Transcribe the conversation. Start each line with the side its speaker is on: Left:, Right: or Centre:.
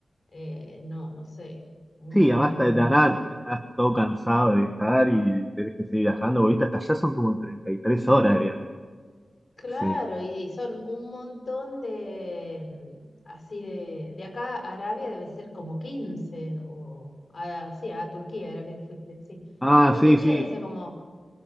Left: eh, no, no sé, un-
Centre: sí,
Left: como
Centre: además
Left: una complicación.
Centre: de la nada, estás todo cansado de viajar y tenés que seguir viajando, porque viste, hasta allá son como 33 horas de viaje.
Left: Claro,
Centre: Sí.
Left: y son un montón de, mm, así de, de acá a Arabia debe ser como 15 o a, sí, a Turquía era que fuiste, sí.
Centre: Ah,
Left: De acá
Centre: sí,
Left: a Turquía
Centre: sí.
Left: debe ser como